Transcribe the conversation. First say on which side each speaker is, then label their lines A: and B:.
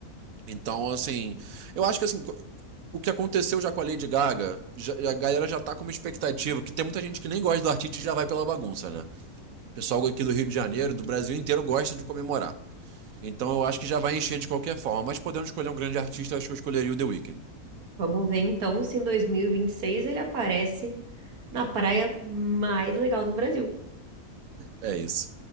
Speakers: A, on the right; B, on the right.
A: Então, assim, eu acho que assim, o que aconteceu já com a Lady Gaga, já- a galera já tá com uma expectativa, que tem muita gente que nem gosta do artista e já vai pela bagunça, né? O pessoal aqui do Rio de Janeiro, do Brasil inteiro, gosta de comemorar. Então eu acho que já vai encher de qualquer forma, mas podendo escolher um grande artista, eu acho que eu escolheria o The Weeknd.
B: Vamos ver então se em 2026 ele aparece na praia mais legal do Brasil.
A: É isso.